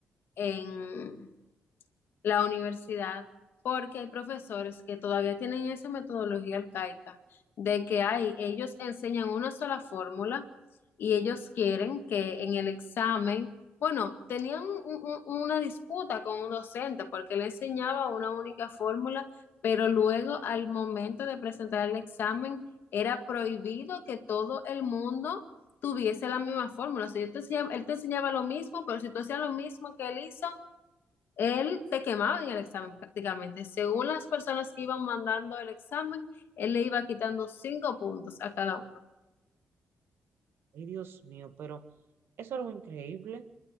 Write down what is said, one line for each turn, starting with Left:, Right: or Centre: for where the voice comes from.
Left: en la universidad, porque hay profesores que todavía tienen esa metodología arcaica de que hay, ellos enseñan una sola fórmula y ellos quieren que en el examen, bueno, tenían un- un- una disputa con un docente porque le enseñaba una única fórmula, pero luego al momento de presentar el examen era prohibido que todo el mundo tuviese la misma fórmula. O sea, yo te enseñaba- él te enseñaba lo mismo, pero si tú hacías lo mismo que él hizo, él te quemaba en el examen prácticamente. Según las personas que iban mandando el examen, él le iba quitando cinco puntos a cada uno.
Right: Ay, Dios mío, pero eso es algo increíble.